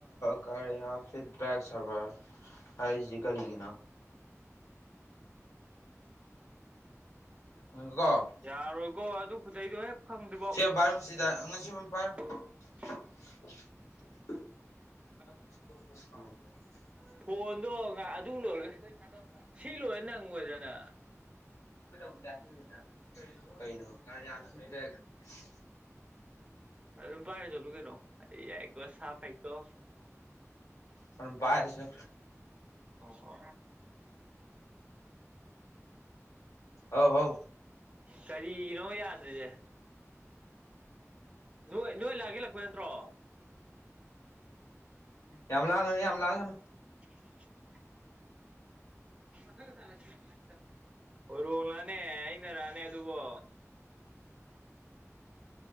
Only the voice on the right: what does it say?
ꯌꯥꯔꯣꯏꯀꯣ ꯑꯗꯨ ꯈꯨꯇꯩꯗꯣ ꯍꯦꯛ ꯐꯪꯗ꯭ꯔꯤꯕꯣ
<inaudible>
ꯑ
ꯐꯣꯟꯗꯣ ꯉ ꯑꯗꯨ ꯂꯣꯏꯔꯒ ꯁꯤ ꯂꯣꯏꯔ ꯅꯪꯉꯣꯏꯗꯅ
ꯑꯗꯨꯝ ꯄꯥꯏꯔ ꯆꯂꯨ ꯀꯩꯅꯣ ꯑꯦ ꯌꯥꯏ ꯀꯣ ꯆꯐ ꯍꯥꯏꯥꯏꯀꯣ
ꯑꯣ
ꯀꯔꯤꯅꯣ ꯌꯥꯗ꯭ꯔꯤꯁꯦ ꯅꯣꯏ ꯅꯣꯏ ꯂꯥꯛꯑꯒꯦ ꯂꯥꯛꯄ ꯅꯠꯇ꯭ꯔꯣ
<inaudible> <inaudible> ꯅꯦ ꯑꯩꯅꯔꯥꯅꯦ ꯑꯗꯨꯕꯣ